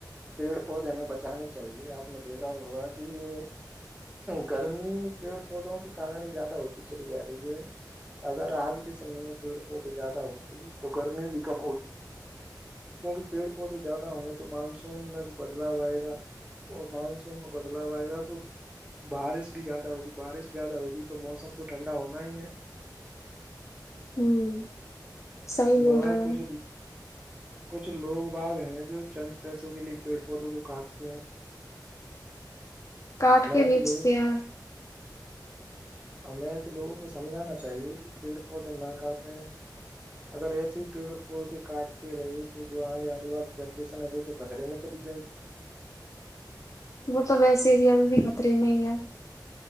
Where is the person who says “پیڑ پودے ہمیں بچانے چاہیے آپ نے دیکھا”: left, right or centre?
Right